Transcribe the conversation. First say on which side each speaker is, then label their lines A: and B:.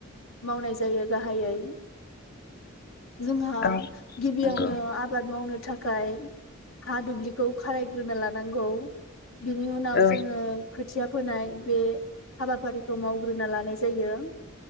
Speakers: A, on the left; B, on the left.
A: मावनाय जायो गाहायै जोंहा
B: औ
A: गिबियावनो
B: नंगौ
A: आबाद मावनो थाखाय थाखाय हा दुब्लिखौ खारायग्रोना लानांगौ बिनि उनाव
B: औ
A: जोङो खोथ फोनाय बे हाबाफारिखौ मावग्रोना लानाय जायो